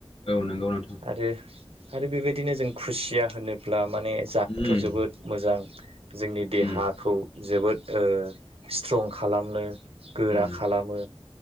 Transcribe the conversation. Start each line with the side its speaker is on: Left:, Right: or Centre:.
Left: औ नोंगौ नोंथां।
Right: आरो आरो बेबायदिनो जों खुसिया होनोब्ला माने जानोथ'
Left: उम
Right: जोबोद मोजां जोंनि देहाखौ
Left: उम
Right: जोबोद ओ स्ट्रं खालामनो गोरा
Left: उम
Right: खालामो